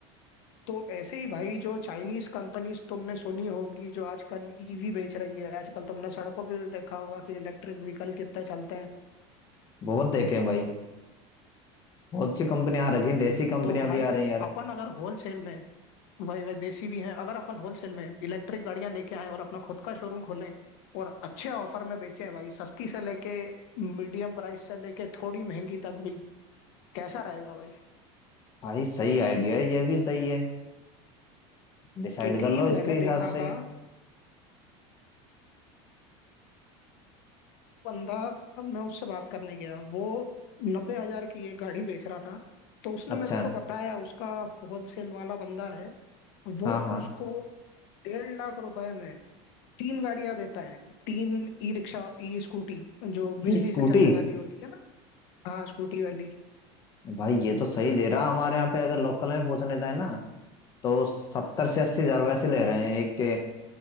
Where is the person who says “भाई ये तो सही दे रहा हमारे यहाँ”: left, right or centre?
Left